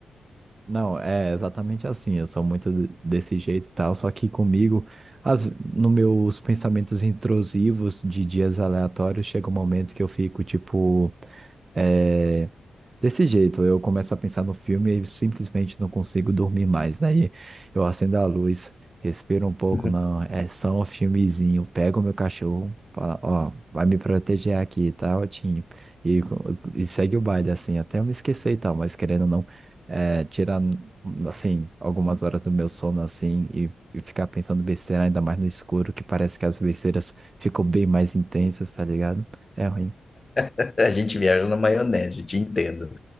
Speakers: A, on the right; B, on the left.
A: Não, é exatamente assim. Eu sou muito de- desse jeito e tal, só que comigo, as, no meus pensamentos intrusivos de dias aleatórios, chega um momento que eu fico, tipo. é, Desse jeito, eu começo a pensar no filme e simplesmente não consigo dormir mais. Daí eu acendo a luz, respiro um pouco,
B: <laughs>
A: não, é só um filmezinho. Pego meu cachorro, fala, ó, vai me proteger aqui, tá, Otinho? E, e segue o baile, assim, até eu me esquecer e tal, mas querendo ou não, é, tirar, assim, algumas horas do meu sono, assim, e, e ficar pensando besteira, ainda mais no escuro, que parece que as besteiras ficam bem mais intensas, tá ligado? É ruim.
B: <laughs> A gente viaja na maionese, te entendo.